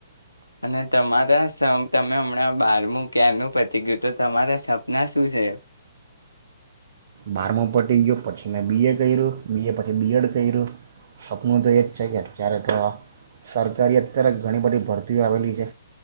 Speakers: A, on the left; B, on the right.
A: અને તમારા તમે હમણાં બારમું ક્યાંનું પતી ગયું તો તમારા સપના શું છે
B: બારમાં પટી ગયો પછી મેં બી એ કર્યું બી એ પછી બી એડ કર્યું સપનું તો એ જ છે કે અત્યારે તો સરકારી અત્યારે ઘણી બધી ભરતીઓ આવેલી છે